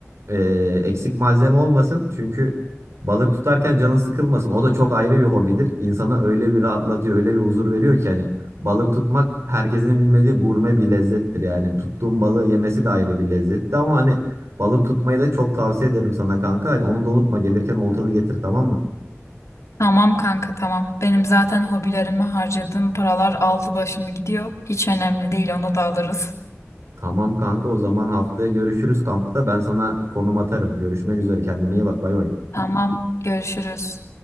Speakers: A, on the right; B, on the left.
A: e, eksik malzeme olmasın çünkü balık tutarken canın sıkılmasın o da çok ayrı bir hobidir insanı öyle bir rahatlatıyor öyle bir huzur veriyor ki hani. Balık tutmak herkesin bilmediği gurme bir lezzettir yani. Tuttuğun balığı yemesi de ayrı bir lezzetti ama hani balık tutmayı da çok tavsiye ederim sana kanka. Hani onu da unutma gelirken oltanı getir tamam mı?
B: Tamam kanka tamam. Benim zaten hobilerime harcadığım paralar aldı başını gidiyor. Hiç önemli değil onu da alırız.
A: Tamam kanka o zaman haftaya görüşürüz kampta. Ben sana konum atarım. Görüşmek üzere kendine iyi bak bay bay.
B: Tamam görüşürüz.